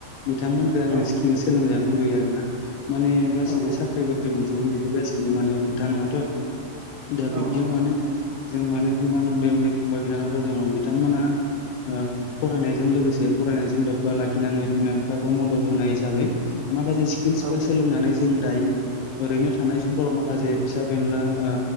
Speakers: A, on the left (about 80°); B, on the right (about 85°).
A: बिथांमोनखौ आङो
B: औ
A: स्किल सोलोंजानो लुबैयो आरोना माने गासिबो
B: औ
A: साख्रि बाख्रि मोन जोबगोन बेबो गासिबो माने खोथा नङाथ' दा बिब्दियाव
B: औ नंगौ
A: माने
B: नंगौ
A: जों माने जिमान उन्दै उन्दै फंबाय बिनानावफोर दङ बिथांमोना ओ फरायनायजों लोगोसे फरायनायजों लोब्बा लाखिनानै बिमा बिफाखौ मदद होनाय हिसाबै माखासे सि फोर
B: औ
A: सोलोंनानै जों दायो ओरैनो थानाय समफोराव माखासे फिसा फेनला ओ